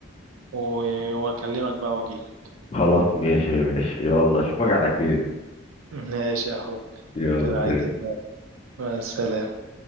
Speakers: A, on the right; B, on the left.
A: و- واكلمك بقى واجيلك
B: خلاص ماشي ماشي يلا اشوفك على خير
A: ماشي يا حبي
B: يلا
A: في رعايه
B: سلام
A: الله مع السلامه